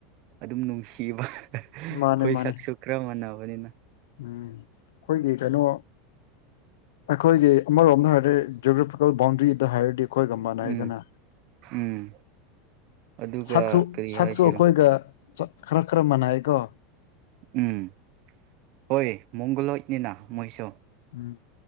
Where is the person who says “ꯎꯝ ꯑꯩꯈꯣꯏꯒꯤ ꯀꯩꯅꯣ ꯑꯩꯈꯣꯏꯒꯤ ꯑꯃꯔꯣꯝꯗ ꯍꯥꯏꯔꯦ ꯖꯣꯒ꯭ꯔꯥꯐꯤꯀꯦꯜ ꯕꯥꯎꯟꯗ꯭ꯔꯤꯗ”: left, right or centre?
Left